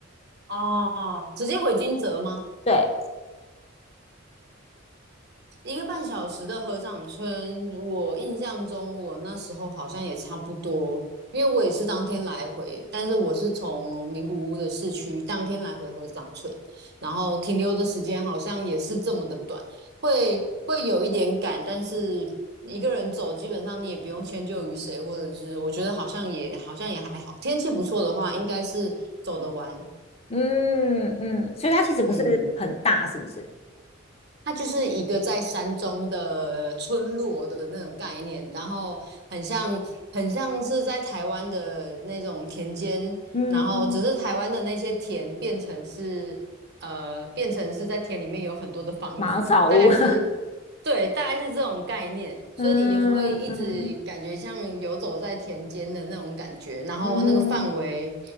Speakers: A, on the right (about 55°); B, on the left (about 30°).
A: 哦，直接回金泽吗？
B: 对，
A: 一个半小时的合掌村，我印象中我那时候好像也差不多，因为我也是当天来回，但是我是从名古屋的市区当天来回合掌村，然后停留的时间好像也是这么的短，会会有一点赶，但是一个人走，基本上你也不用迁就于谁，或者是我觉得好像也好像也还好，天气不错的话，应该是走得完，
B: 嗯嗯，所以它其实不是很大，
A: 嗯。
B: 是不是？
A: 它就是一个在山中的村落的那种概念，然后很像很像是在台湾的那种田间，
B: 嗯，
A: 然后只是台湾的那些田变成是呃变成是在田里面有很多的房子，
B: 茅草屋，
A: 大概是
B: <laughs>
A: 对，大概是这种概念，所以你会一直感觉像游走在田间的那种感觉，
B: 嗯嗯
A: 然后那个范围。
B: 嗯